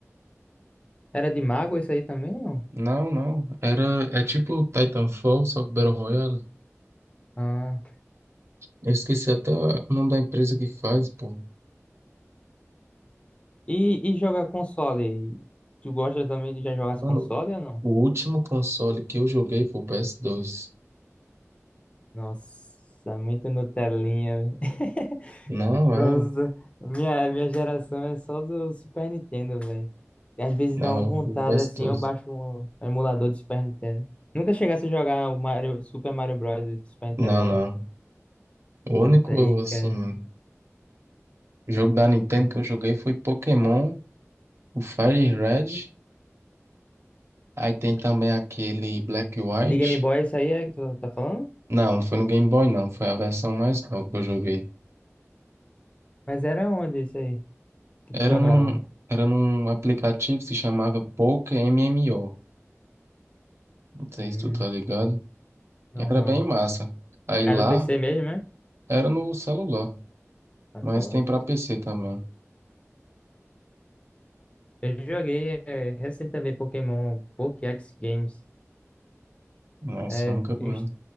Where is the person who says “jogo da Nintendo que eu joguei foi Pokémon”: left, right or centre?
Right